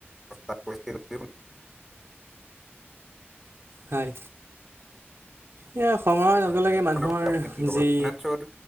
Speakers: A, in the centre; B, on the right.
A: তাৰপছিল।
B: হয়। এই সময়ৰ লগে,
A: হয়
B: লগে
A: এই সন্দৰ্ভত
B: মানুহৰ
A: আপুনি কি ক'ব
B: যি।
A: ৰঘুনাথ চৌধুৰী